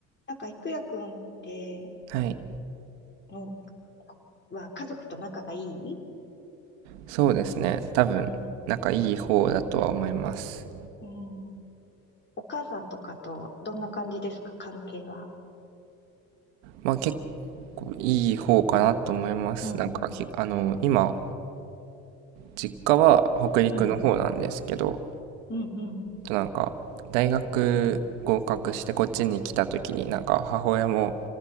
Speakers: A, on the left; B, on the right.
A: なんか、いくやくんって、
B: はい。
A: の、は、家族と仲がいい
B: そうですね。多分、
A: うん。
B: なんかいい方だとは思います。
A: うん。お母さんとかと、どんな感じですか、関係は。
B: まあ結構いい方かなと思います。
A: うん。
B: なんかき、あの、今、実家は北陸の方なんですけど、
A: うん。うん。うん。
B: となんか、大学合格してこっちに来た時になんか母親も